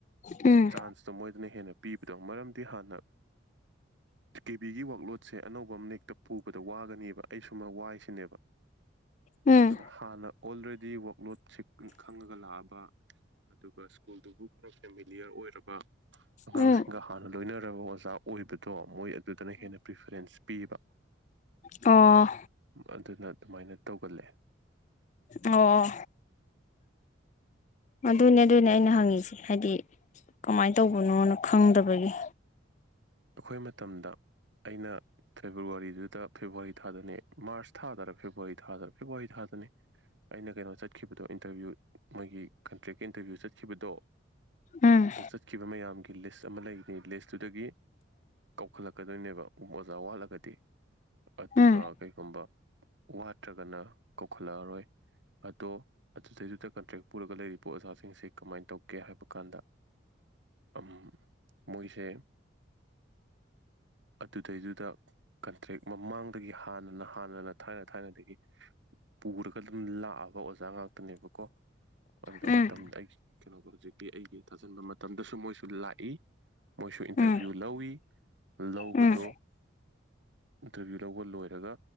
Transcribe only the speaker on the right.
ꯆꯥꯟꯁꯇꯣ ꯃꯣꯏꯗꯅ ꯍꯦꯟꯅ ꯄꯤꯕꯗꯣ ꯃꯔꯝꯗꯤ ꯍꯥꯟꯅ ꯀꯦꯕꯤꯒꯤ ꯋꯥꯛꯂꯨꯠ ꯁꯦ ꯑꯅꯧꯕ ꯑꯃꯅꯦꯛꯇ ꯄꯨꯕꯗ ꯋꯥꯒꯅꯦꯕ ꯑꯩ ꯁꯃ ꯋꯥꯏꯁꯤꯅꯦꯕ
ꯑꯗ ꯍꯥꯟꯅ ꯑꯣꯜꯔꯦꯗꯤ ꯋꯥꯛꯂꯣꯠꯁꯤ ꯈꯪꯉꯒ ꯂꯥꯛꯑꯕ ꯑꯗꯨꯒ ꯁ꯭ꯀꯨꯜꯗꯨꯕꯨ ꯈꯔ ꯐꯦꯃꯤꯂꯤꯌꯔ ꯑꯣꯏꯔꯕ ꯑꯉꯥꯡꯁꯤꯡꯒ
ꯍꯥꯟꯅ ꯂꯣꯏꯅꯔꯕ ꯑꯣꯖꯥ ꯑꯣꯏꯕꯗꯣ ꯃꯣꯏ ꯑꯗꯨꯗꯅ ꯍꯦꯟꯅ ꯄ꯭ꯔꯤꯐꯔꯦꯟꯁ ꯄꯤꯕ
ꯑꯗꯨꯅ ꯑꯗꯨꯃꯥꯏꯅ ꯇꯧꯒꯜꯂꯦ
ꯑꯩꯈꯣꯏ ꯃꯇꯝꯗ ꯑꯩꯅ ꯐꯦꯕꯋꯥꯔꯤꯗꯨꯗ ꯐꯦꯕꯋꯥꯔꯤ ꯊꯥꯗꯅꯤ ꯃꯥꯔꯁ ꯊꯥꯗꯔ ꯐꯦꯕꯋꯥꯔꯤ ꯊꯥꯗꯔ ꯐꯦꯕꯋꯥꯔꯤ ꯊꯥꯗꯅꯤ ꯑꯩꯅ ꯀꯩꯅꯣ ꯆꯠꯈꯤꯕꯗꯣ ꯏꯟꯇꯔꯚ꯭ꯌꯨ ꯃꯣꯏꯒꯤ ꯀꯟꯇ꯭ꯔꯦꯛꯀꯤ ꯏꯟꯇꯔꯚ꯭ꯌꯨ ꯆꯠꯈꯤꯕꯗꯣ
ꯑꯗꯨ ꯆꯠꯈꯤꯕ ꯃꯌꯥꯝꯒꯤ ꯂꯤꯁ ꯑꯃ ꯂꯩꯕꯅꯤ ꯂꯤꯁꯇꯨꯗꯒꯤ ꯀꯧꯈꯠꯂꯛꯀꯗꯣꯏꯅꯦꯕ ꯑꯣꯖꯥ ꯋꯥꯂꯒꯗꯤ ꯑꯗꯨꯒ
ꯀꯩꯒꯨꯝꯕ ꯋꯥꯠꯇ꯭ꯔꯒꯅ ꯀꯧꯈꯠꯂꯛꯑꯔꯣꯏ ꯑꯗꯣ ꯑꯗꯨꯗꯩꯗꯨꯗ ꯀꯟꯇ꯭ꯔꯦꯛ ꯄꯨꯔꯒ ꯂꯩꯔꯤꯕ ꯑꯣꯖꯥꯁꯤꯡꯁꯤ ꯀꯃꯥꯏꯟ ꯇꯧꯒꯦ ꯍꯥꯏꯕ ꯀꯥꯟꯗ ꯑꯝ ꯃꯣꯏꯁꯦ ꯑꯗꯨꯗꯩꯗꯨꯗ ꯀꯟꯇ꯭ꯔꯦꯛ ꯃꯃꯥꯡꯗꯒꯤ ꯍꯥꯟꯅꯅ ꯍꯥꯟꯅꯅ ꯊꯥꯏꯅ ꯊꯥꯏꯅꯗꯒꯤ ꯄꯨꯔꯒ ꯑꯗꯨꯝ ꯂꯥꯛꯑꯕ ꯑꯣꯖꯥ ꯉꯥꯛꯇꯅꯦꯕꯀꯣ ꯑꯗꯨꯗ
ꯃꯇꯝꯗ ꯑꯩ ꯀꯩꯅꯣꯒ ꯍꯨꯖꯤꯛꯀꯤ ꯑꯩꯒꯤ ꯊꯥꯖꯤꯟꯕ ꯃꯇꯝꯗꯁꯨ ꯃꯣꯏꯁꯨ ꯂꯥꯛꯏ ꯃꯣꯏꯁꯨ ꯏꯟꯇꯔꯚꯤꯌꯨ
ꯂꯧꯋꯤ ꯂꯧꯕꯗꯣ
ꯑꯗꯨꯒꯤ ꯂꯧꯕꯥ ꯂꯣꯌꯔꯥꯒꯥ